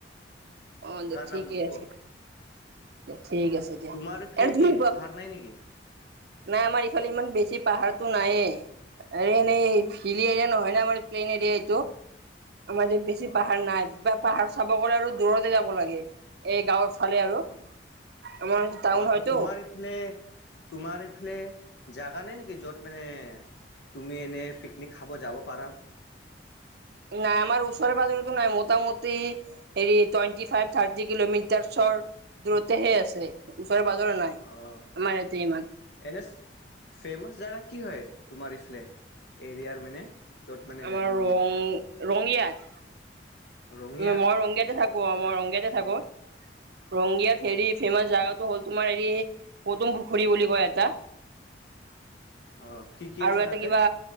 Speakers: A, on the right; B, on the left.
A: অ দিয়া ঠিকে
B: নাম নংপ।
A: আছে দিয়া ঠিক আছে দিয়া
B: তোমাৰ এইফালে
A: এ তুমি
B: কি পাহাৰ নাই নেকি?
A: নাই আমাৰ ইফালে ইমান বেছি পাহাৰতটো নাই এ এনেই হিলি এৰিয়া নহয় ন আমাৰ এই প্লেইন এৰিয়া এইটো আমাৰ ই বেছি
B: অ'
A: পাহাৰ নাই পাহাৰ চাব গলে আৰু দূৰতে যাব লাগে এই গাঁৱৰ ফালে আৰু
B: অ'
A: আমাৰ টাউন
B: অ', ত'
A: হয়তো
B: তোমাৰ ইফালে তোমাৰ এইফালে জাগা নাই নেকি য'ত মানে তুমি এনেই পিকনিক খাব যাব পাৰা
A: নাই আমাৰ ওচৰে পাজৰেতো নাই মোটামটি হেৰি টুৱেণ্টি ফাইভ থাৰ্টি কিলোমিটাৰ চৰ দূৰতেহে আছে ওচৰে পাজৰে নাই
B: অঁ
A: আমাৰ ইয়াতে ইমান
B: এনে ফেমাচ জেগা কি হয় তোমাৰ এইফালে এৰিয়াৰ মানে য'ত মানে
A: আমাৰ
B: অমান
A: ৰং ৰঙিয়াত
B: ৰঙীয়া
A: মই ৰংগিয়তে থাকো অ মই ৰংগিয়তে থাকো ৰংগিয়াত হেৰি ফেমাচ
B: অ',
A: জাগাটো হ'ল তোমাৰ হেৰি পদুম পুখুৰী বুলি কয় এটা
B: অ', কি কি আছে
A: আৰু এটা
B: তাতে?
A: কিবা